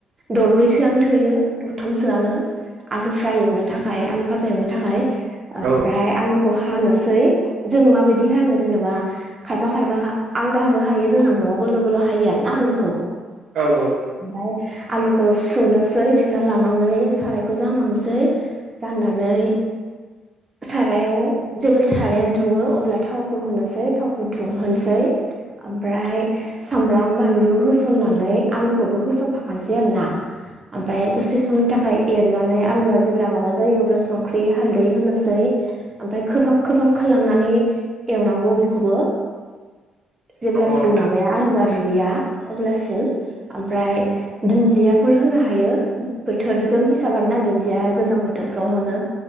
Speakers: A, on the right (about 25°); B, on the right (about 70°).
A: दरब्रैसोआनो थोयो दरथामसोआनो आलु फ्राय एवनो थाखाय आलु फाजा एवनो थाखाय ओमफ्राय
B: औ
A: आलु हानोसै जों माबायदि हानो जेन'बा खायफा खायफा आलदाबो हायो जोंहा न'आवबो गोलाव गोलाव हायो आरोना आलुखौ
B: औ औ
A: ओमफ्राय आलुखौ सुनोसै सुना लानानै सारायखौ जानहरनोसै जाननानै सारायाव जेब्ला साराया दुङो अब्ला थावखौ होनोसै थावखौ दुंहोनसै ओमफ्राय सामब्राम बानलु होसननानै आलुखौबो होसनफाखानोसै आरो ना ओमफाय दसे समनि थाखाय एरनानै आलुआ जेब्ला माबा जायोब्ला संख्रि हालदै होनोसै ओमफ्राय खोबहाब खोबहाब खालामनानै एवनांगौ बेखौबो जेब्लासिम
B: नंगौ नोंथां
A: माबाया आलुआ रु गुया अब्लासिम ओमफ्राय दुन्दियाफोर होनो हायो बोथोरजों हिसाब आरो ना दुन्दिया गोजां बोथोर फोथोरफ्राव मोनो